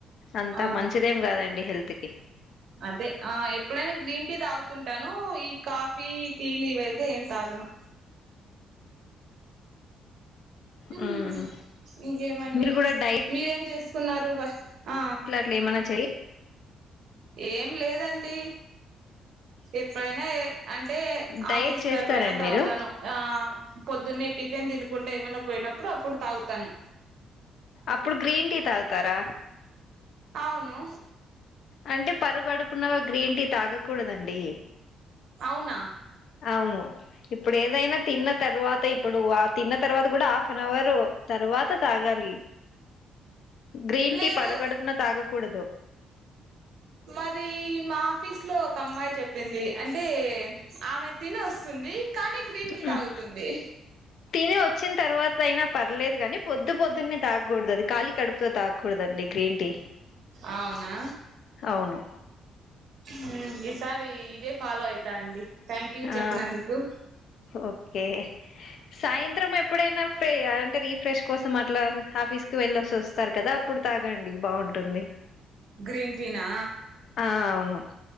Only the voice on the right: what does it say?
ఆ
అదే ఆ ఎప్పుడైనా గ్రీన్ టీ తాగుతుంటాను ఈ కాఫీ టీలు ఇవైతే ఏం తాగను మ్మ్
ఇంకేమండి
మీరేం చేసుకున్నారు ఆ
ఏం లేదండి ఎప్పుడైనా ఏ అంటే
ఆఫీస్లో
ఎప్పుడైనా తాగుతాను
ఆ పొద్దున్నే టిఫెన్ దినకుండా ఏమన్నా పోయినప్పుడు అప్పుడు తాగుతాను
అవును
అవునా
లేదు
మరి మా ఆఫీస్ లో ఒక అమ్మాయి చెప్పింది అంటే ఆమె తిని వస్తుంది కానీ గ్రీన్ టీ
తాగుతుంది
అవునా
ఉమ్ ఈసారి ఇదే ఫాలో అయితా అండి, థ్యాంక్ యూ చెప్పినందుకు.
గ్రీన్ టీనా?